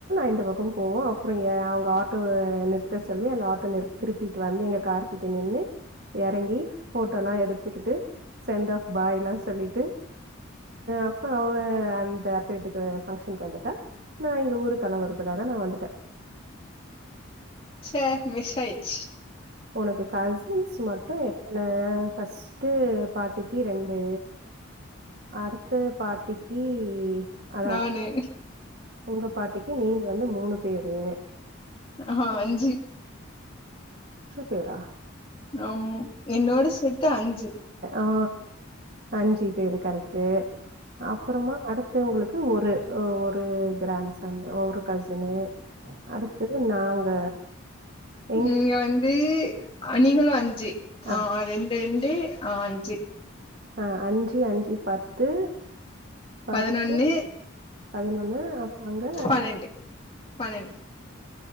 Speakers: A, on the right; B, on the left.
A: அந்த பக்கம் போவோம் அப்ரோ ய அவங்க ஆட்டோவநிறுத்த சொல்லி அந்த ஆட்டோ திருப்பிட்டு வந்து இறங்கி கார் கிட்ட நின்னு இறங்கி ஃபோட்டோல எடுத்துகிட்டு சென்ட் ஆஃப் பாய் எலாம்சொல்லிட்டு அப்ப அந்த அத்த வீட்டுக்கு ஃபங்சனுக்கு வந்திட்டா ந எங்க ஊருக்கு கெளம்பறதுக்காக நான் வந்துட்டேன்
B: ச மிஸ்ஆயிருச்சு
A: உனக்கு கசின்ஸ் மட்டும் எத்தன ஃபர்ஸ்ட்டு பாட்டிக்கு ரெண்டு அடுத்த பாட்டிக்கு அதா
B: நானே
A: உங்க பாட்டிக்கு நீங்க வந்து மூணு பேரு
B: ஹ ஹஅஞ்சு
A: பேறா
B: ஆமா என்னோட சேத்து அஞ்சு
A: ஆ அஞ்சு பேரு கரெக்டு அப்புறமா அடுத்தவங்களுக்கு ஒரு ஒரு கிராண்ட்சன் ஒரு கசனு அடுத்த நாங்க எங்
B: நீங்க வந்து நீங்களும் வந்து
A: ஆ
B: ஆஹ் ரெண்டு டே ஆஞ்சி
A: அஹ் அஞ்சு அஞ்சு பத்து பத்து
B: பதினொன்னு
A: பதினொன்னு அப்ப அங்க
B: பனெண்டு பன்னெண்டு